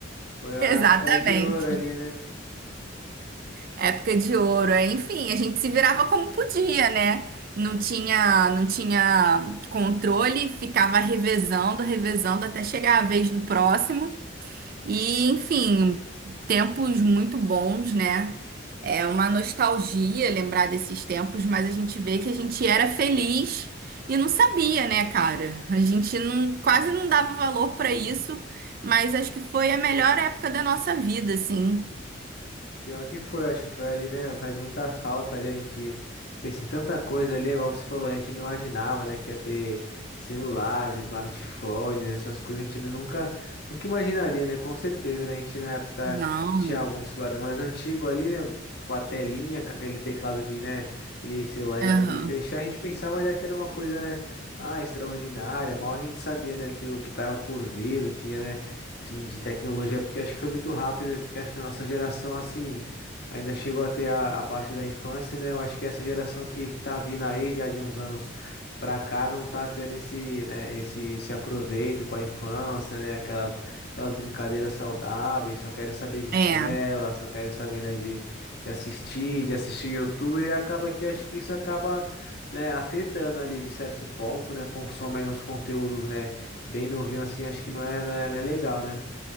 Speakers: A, on the left; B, on the right.
A: Foi a
B: exatamente.
A: época de ouro ali, né?
B: Época de ouro, é. Enfim, a gente se virava como podia, né? Não tinha, não tinha controle, ficava revezando, revezando até chegar a vez do próximo. E, enfim, tempos muito bons, né? É uma nostalgia lembrar desses tempos, mas a gente vê que a gente era feliz e não sabia, né, cara? A gente não, quase não dava valor pra isso, mas acho que foi a melhor época da nossa vida, assim.
A: Pior que foi, acho que foi ali, né? Faz muita falta ali, a gente pensa em tanta coisa ali, igual você falou, a gente não imaginava, né, que ia ter celulares, smartphones, essas coisas, a gente ainda nunca, nunca imaginaria, né? Com certeza, né? A gente na época
B: Não.
A: tinha alguns celulares mais antigos ali, né? Com a telinha, com aquele teclado de, né, aquele celular
B: Aham.
A: de abrir e fechar, a gente pensava já que era uma coisa, né? Ah, extraordinária, mal a gente sabia, né, que o que tava por vir, o que ia, né? Sim, de tecnologia, porque acho que foi muito rápido, né? Porque acho que a nossa geração, assim, ainda chegou até a, a parte da infância, né? Eu acho que essa geração que, que tá vindo aí já de uns anos pra cá não tá tendo esse, né, esse, esse aproveito com a infância, né? Aquelas, aquelas brincadeiras saudáveis, só querem saber de
B: É,
A: tela, só querem saber, né, de, de assistir, de assistir YouTube, e acaba que acho que isso acaba, né, afetando ali de certo ponto, né? Consomem os conteúdos, né? Bem novinho assim, acho que não é, não é, não é legal, né?